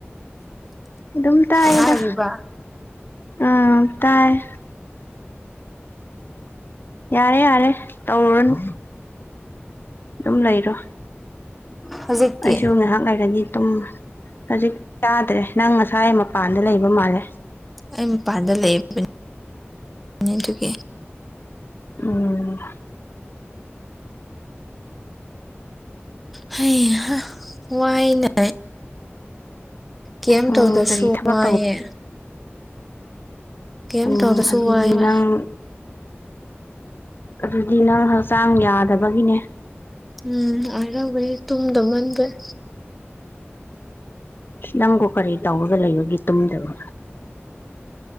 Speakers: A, on the left; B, in the centre.
A: ꯑꯗꯨꯝ ꯇꯥꯏꯌꯦꯗ
B: ꯇꯥꯔꯤꯕ
A: ꯎꯝ ꯇꯥꯏꯌꯦ ꯌꯥꯔꯦ ꯌꯥꯔꯦ ꯇꯧꯔꯨꯔꯅꯨ ꯑꯗꯨꯝ ꯂꯩꯔꯣ
B: ꯍꯧꯖꯤꯛꯇꯤ
A: ꯑꯩꯁꯨ ꯉꯥꯏꯍꯥꯛ ꯂꯩꯔꯅꯤ ꯇꯨꯝ ꯍꯧꯖꯤꯛ ꯇꯥꯗ꯭ꯔꯦ ꯅꯪ ꯉꯁꯥꯏ ꯃꯄꯥꯟꯗ ꯂꯩꯕ ꯃꯥꯜꯂꯦ
B: ꯑꯩ ꯃꯄꯥꯟꯗ ꯂꯩꯕꯅꯤ ꯑꯗꯨꯒꯤ
A: ꯎꯝ
B: ꯍꯩꯍꯥ ꯋꯥꯏꯅꯦ ꯀꯦꯝ
A: ꯎꯝ
B: ꯇꯧꯗꯁꯨ
A: ꯀꯔꯤ ꯊꯕꯛ
B: ꯋꯥꯏꯌꯦ ꯀꯩꯝ
A: ꯑꯣ
B: ꯇꯧꯗ꯭ꯔꯁꯨ
A: ꯑꯗꯨꯗꯤ
B: ꯋꯥꯏꯕ
A: ꯅꯪ ꯑꯗꯨꯗꯤ ꯅꯪ ꯍꯛꯆꯥꯡ ꯌꯥꯗꯕꯒꯤꯅꯦ
B: ꯎꯝ ꯑꯣꯏꯔꯝꯒꯅꯤ ꯇꯨꯝꯗꯃꯟꯕꯩ
A: ꯅꯪꯕꯨ ꯀꯔꯤ ꯇꯧꯔꯒ ꯂꯩꯕꯒꯤ ꯇꯨꯝꯗꯕ